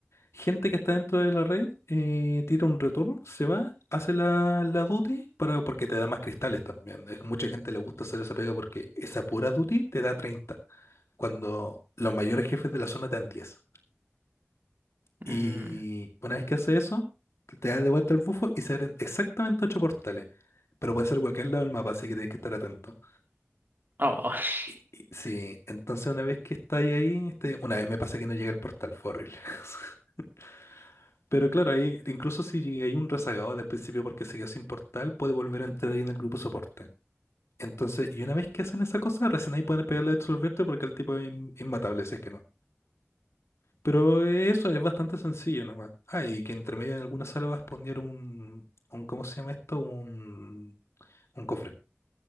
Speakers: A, on the left; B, on the right.
A: gente que está dentro de la red, eh, tira un retorno, se va, hace la, la duty para, porque te da más cristales también. Es- mucha gente le gusta hacer esa pega porque esa pura duty te da 30 cuando los mayores jefes de la zona te dan 10. Y
B: Mm,
A: una vez que hace eso, te das de vuelta al bufo y se abren exactamente ocho portales. Pero puede ser cualquier lado del mapa, así que tienes que estar atento.
B: Oh, <laughs>
A: Y, y- sí, entonces una vez que estáis ahí, este, una vez me pasa que no llegué al portal, fue horrible. <laughs> Pero claro, ahí, incluso si hay un rezagado del principio porque se quedó sin portal, puede volver a entrar ahí en el grupo soporte. Entonces, y una vez que hacen esa cosa, recién ahí pueden pegarle a absolverte porque el tipo es in- inmatable, si es que no. Pero eso es bastante sencillo nomás. Ah, y que entre medio en alguna sala vas a poner un, un ¿cómo se llama esto? Un, un cofre.